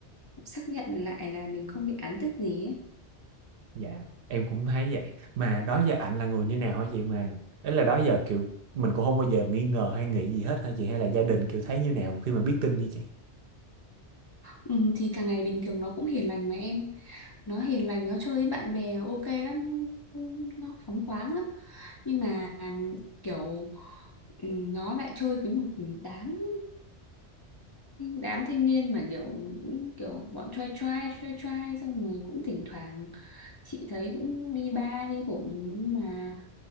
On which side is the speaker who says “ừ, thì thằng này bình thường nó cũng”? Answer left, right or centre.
Left